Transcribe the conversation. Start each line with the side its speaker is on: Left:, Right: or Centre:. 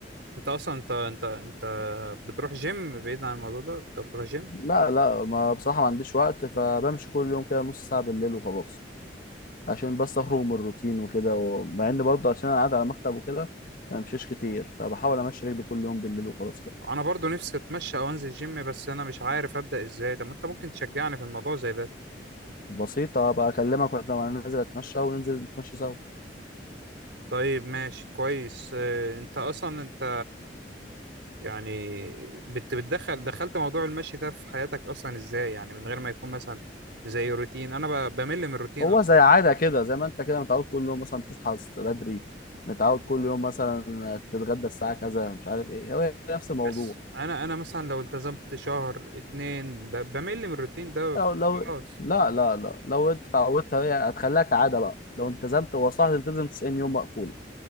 Right: انت اصلا انت انت انت بتروح جيم بعيد عن الموضوع ده انت بتروح جيم
Left: لا لا ما بصراحه ما عنديش وقت فبمشي كل يوم كده نص ساعه بالليل وخلاص عشان بس اخرج من الروتين وكده ومع ان برضه عشان انا قاعد على مكتب وكده ما بمشيش كتير فبحاول امشي رجلي كل يوم بالليل وخلاص كده
Right: انا برضو نفسي اتمشى او انزل جيم بس انا مش عارف ابدا ازاي طب ما انت ممكن تشجعني في الموضوع زي ده
Left: بسيطه بقى اكلمك واحنا وانا نازل اتمشى وننزل نتمشى سوا
Right: طيب ماشي كويس اه، انت اصلا انت يعني بت- بتدخل دخلت موضوع المشي ده في حياتك اصلا ازاي يعني من غير ما يكون مثلا زي روتين انا ب- بمل من الروتين
Left: هو
Right: اصلا
Left: زي عادة كده زي ما انت كده متعود كل يوم مثلا تصحى الس- بدري متعود كل يوم مثلا تتغدى الساعة كذا مش عارف ايه هو نفس الموضوع
Right: بس انا انا مثلا لو التزمت شهر اتنين ب- بمل من الروتين ده
Left: انت لو لو
Right: خلاص
Left: لا لا لا لو انت اتعودت هي هتخليها كعادة بقى لو التزمت هو صح تلتزم 90 يوم مقفولة